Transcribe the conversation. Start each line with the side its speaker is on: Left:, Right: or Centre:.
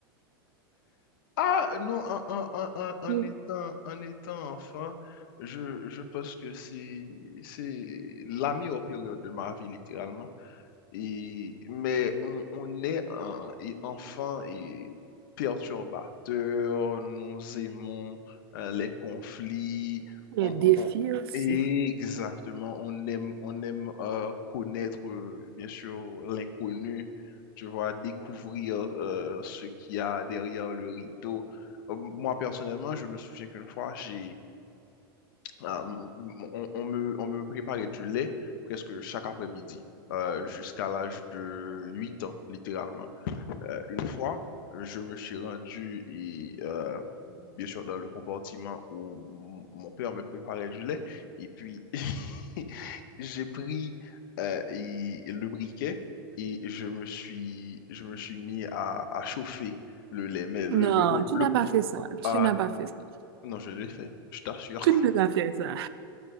Left: Ah non, en, en- en- en- en
Right: Mm.
Left: étant, en étant enfant, je, je pense que c'est, c'est la meilleure période de ma vie, littéralement. Et, mais on, on est un- et enfant et perturbateur, nous aimons euh, les conflits,
Right: Les
Left: on,
Right: défis
Left: on- on-
Right: aussi.
Left: exactement, on aime, on aime euh, connaître, euh, bien sûr, l'inconnu, tu vois, découvrir euh, ce qu'il y a derrière le rideau. Euh, Moi, personnellement, je me souviens qu'une fois, j'ai euh, on, on me, on me préparait du lait presque chaque après-midi, euh, jusqu'à l'âge de 8 ans, littéralement. Euh, une fois, je me suis rendu, et, euh, bien sûr, dans le compartiment où m- mon père me préparait du lait, et puis <laughs> j'ai pris euh, et- le briquet et je me suis, je me suis mis à, à chauffer le lait. Mais le,
Right: Non,
Left: le, pro-
Right: tu
Left: le
Right: n'as
Left: pro-
Right: pas fait ça. Tu
Left: ah,
Right: n'as
Left: non,
Right: pas fait ça.
Left: non, je l'ai fait, je t'assure.
Right: Tu ne peux pas faire ça.